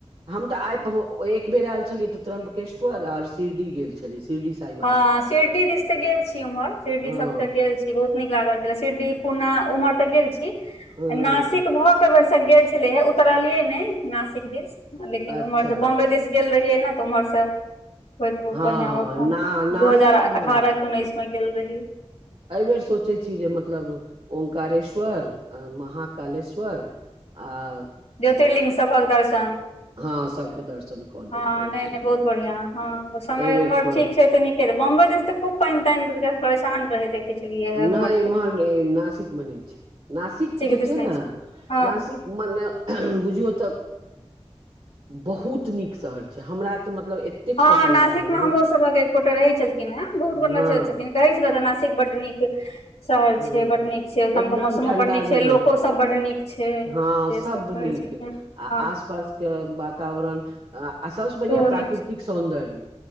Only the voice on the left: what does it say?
हाँ सिरडी दिस ते गेल छी उम्हर सिडी
सब ते गेल छी बहुत नीक लागल छलै सिरडी पूना उम्हर तऽ गेल छी
नासिक भऽ केँ बेर गेल छले हे उतरलियै नहि नासिक दिस लेकिन
ओम्हर तऽ बम्बे दिस गेल रहियै ने तऽ उम्हर सँ होइत बढ़िया
ब
दू हजार
अठारह के उन्नैस मे गेल रही
ज्योतिर्लिंग सभक दर्शन
हँ
नहि नहि बहुत बढ़िया हँ समय
उमर
ठीक छै तऽ नीक बोम्बइ दिस तऽ खूब पानि तानि बुझय परेसान रहै छलियै हे उम्हर
तऽ
दिस
नहि
हँ
हँ
नासिक
मे
हमरो सभक एक गोटाे रहै छलखिन हेँ बहुत गो
नचल छथिन कहै छलथि ह तऽ नासिक बड्ड नीक शहर
छै बड़ नीक छै ओहिठामके
मौसमो
बडड़ नीक छै
लोको सब बड़ नीक छै से
सब कहै
छथिन हँ
सेहो
नीक छै